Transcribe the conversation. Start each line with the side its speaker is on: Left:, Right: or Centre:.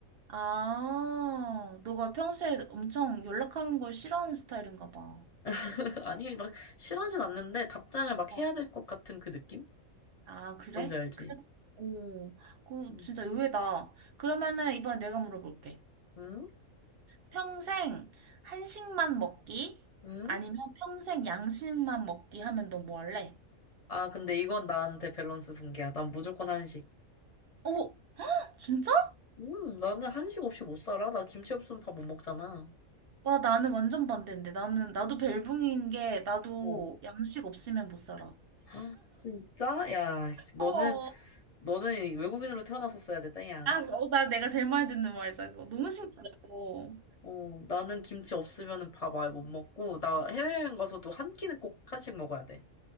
Right: 아, 너가 평소에 엄청 연락하는 걸 싫어하는 스타일인가 봐.
Left: <laughs> 아니, 막 싫어하진 않는데 답장을 막
Right: 아.
Left: 해야 될 것 같은 그 느낌?
Right: 아, 그래?
Left: 뭔지 알지?
Right: 그래? 오, 그
Left: 응?
Right: 진짜 의외다. 그러면은 이번에 내가 물어볼게.
Left: 응?
Right: 평생 한식만 먹기?
Left: 응?
Right: 아니면 평생 양식만 먹기 하면 너 뭐 할래?
Left: 아, 근데 이건 나한테 밸런스 붕괴야. 난 무조건 한식.
Right: 오, 진짜?
Left: 음, 나는 한식 없이 못 살아. 나 김치 없으면 밥 못 먹잖아.
Right: 와, 나는 완전 반대인데. 나는, 나도 벨붕인 게, 나도
Left: 어.
Right: 양식 없으면 못 살아.
Left: 헉, 진짜? 야, 씨, 너는,
Right: 어.
Left: 너는 외국인으로 태어났었어야 땡이 야.
Right: 아, 어, 나 내가 제일 많이 듣는 말이야, 이거. 너무 신기하고.
Left: 어, 나는 김치 없으면 밥 아예 못 먹고, 나 해외여행 가서도 한 끼는 꼭 한식 먹어야 돼.